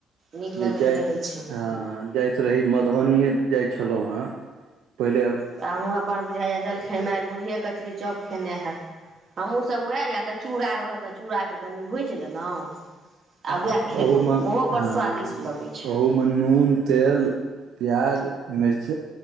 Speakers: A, on the right; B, on the right.
A: नीक लगैत
B: जे जाइत
A: रहै छै
B: हँ जाइत रही मधुबनिए जाइ छलहुँ हेँ पहिले
A: तऽ अहूँ अपन बुझाइए जल खेनाइ मुरहए कचरी चप खेनाइ है हमहूँ सभ उएह यए तऽ चूड़ा रहल तऽ चूड़ाके कनि भूजि लेलहुँ
B: आ
A: उएह खेलहुँ
B: ओहूमे
A: ओहो बड़
B: आँ
A: स्वादिष्ट लगै छै
B: ओहूमे नून तेल प्याज मिर्चा